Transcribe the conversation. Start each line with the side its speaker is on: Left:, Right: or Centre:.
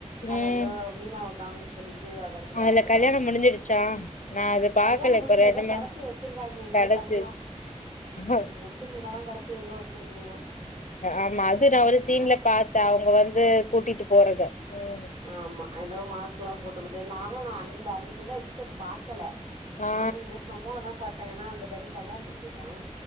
Right: அதல
Left: ம்
Right: எதோ மீனாவ காணொன் சொல்லிட்டு கடசில
Left: அதுல
Right: வந்துறா
Left: கல்யாணோ
Right: வீட்டுக்கு
Left: முடிஞ்சிடுச்சா நா அது பாக்கல
Right: கல்யாணொ முடியல
Left: இப்ப ரெண்டு
Right: எதோ
Left: மூணு
Right: கடத்தி வச்சிருக்காங்கெ எங்யோ
Left: கடச்சிருச்சு
Right: தனியா
Left: <unintelligible>
Right: முத்து மீனதா கடத்தி ஏதோ வச்சிருக்குங்க
Left: ஆமா அது நா ஒரு
Right: ஆமா
Left: சீன்ல பாத் இத அவங்க வந்து கூட்டிட்டு போறத ம்
Right: ஆமா ஏதோ மாஸ்க்லா போட்டுகுட்டு நானு நா அந்த அன்னைக்குள்ள எபிசோட் பாக்கல
Left: ஆ
Right: நானு இது மாறி பிரமோளதா பார்த்தே ஏன்னா அந்த டைம் கல்யாணத்துக்கு போயிட்டே